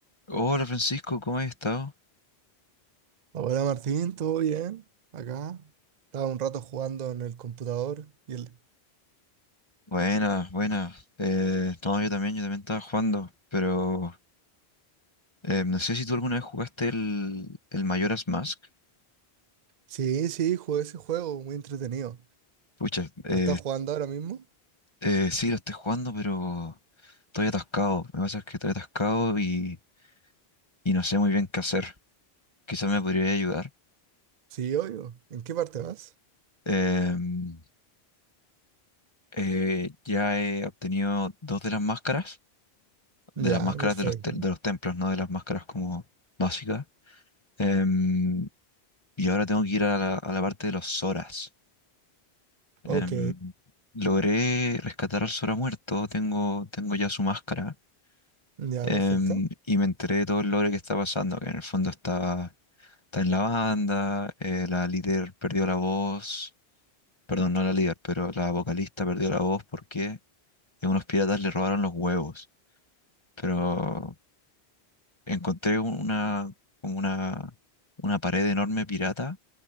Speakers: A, on the left; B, on the right.
A: Hola Francisco, ¿cómo has estado?
B: Hola Martín, ¿todo bien? Acá. Estaba un rato jugando en el computador y el...
A: Buenas, buenas. Eh, no, yo también, yo también estaba jugando, pero eh, no sé si tú alguna vez jugaste el, el Majora's Mask.
B: Sí, sí, jugué ese juego, muy entretenido.
A: Pucha, eh,
B: ¿Lo estás jugando ahora mismo?
A: eh, sí, lo estoy jugando, pero estoy atascado. Me pasa que estoy atascado y, y no sé muy bien qué hacer. Quizás me podría ayudar.
B: Sí, obvio. ¿En qué parte vas?
A: Em, eh, ya he obtenido dos de las máscaras, de
B: Ya,
A: las máscaras
B: perfecto.
A: de los, te- de los templos, no de las máscaras como básicas. Em, Y ahora tengo que ir a la, a la parte de los Zoras.
B: Ok,
A: Em, logré rescatar al Zora muerto, tengo, tengo ya su máscara.
B: ya,
A: em,
B: perfecto.
A: y me enteré de todo el lore que está pasando, que en el fondo está, está en la banda, eh, la líder perdió la voz, perdón, no la líder, pero la vocalista perdió la voz porque unos piratas le robaron los huevos. Pero encontré una, como una, una pared enorme pirata,